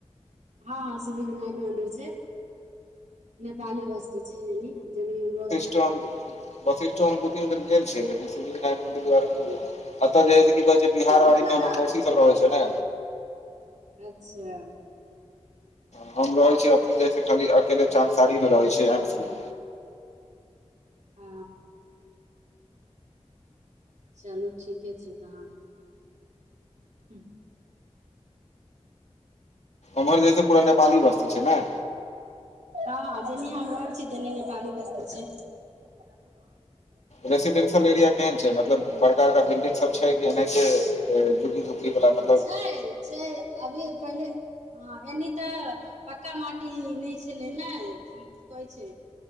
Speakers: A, on the right; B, on the left.
A: हँ हँ सिद्धि विनायक मंदिर छैय नेपाली बस जै छे एनि <unintelligible>
B: वशिष्ठ दु तीन बेड़ गेल छिय लेकिन सिद्धी विनायक मंदिर नहि गेल छिय। एतऽ जे है सेी कहै छै बिहार वाड़ी
A: मतलब
B: मऽ हमर
A: गा
B: मौसी सब रहै छैय ने
A: अच्छा।
B: हम रहै छीियै अपने जैस खाली अकेले चंसारी मऽ रहैत छिय एम्स मे।
A: आ चलू ठीके छैय तहन। हू
B: ओमहर जैसे पूरा नेपाल ही बस्तती छैय नहि।
A: हँ हँ जेनेय हम रहे छी तेनेय नेपाली बस्तती छैय। बाबु <unintelligible>
B: रेसिडेंशियल एरिया केहन छैय मतलब बड़का बड़का बिल्डिंग सब छैय कि एहनाइते छैय। <unintelligible>
A: छैय छैय अभी पहिले हँ ऐनय तऽ पक्का माटी नहि छलैय ने कि की कहै छैय।